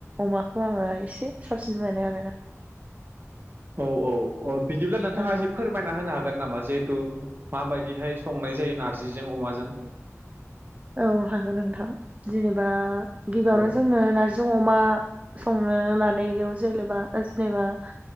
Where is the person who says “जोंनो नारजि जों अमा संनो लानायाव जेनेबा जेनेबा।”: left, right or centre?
Right